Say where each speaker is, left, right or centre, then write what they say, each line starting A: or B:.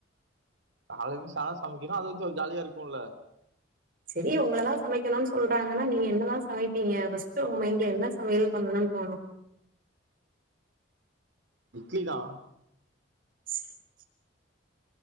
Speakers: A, on the right (about 70°); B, on the right (about 50°).
A: காலைல எழுந்து சாதம் சமைக்கனும் அது வச்சும் ஜாலியா இருக்கும்ல்ல
B: செரி உங்களதான் சமைக்கணும்னு சொல்றாங்கன்னா நீங்க என்னதான் சமைப்பீங்க ஃபஸ்ட் உங்க மைண்ட்ல என்ன சமையல் பண்ணணும்னு தோணும்
A: இட்லி தான்
B: <unintelligible>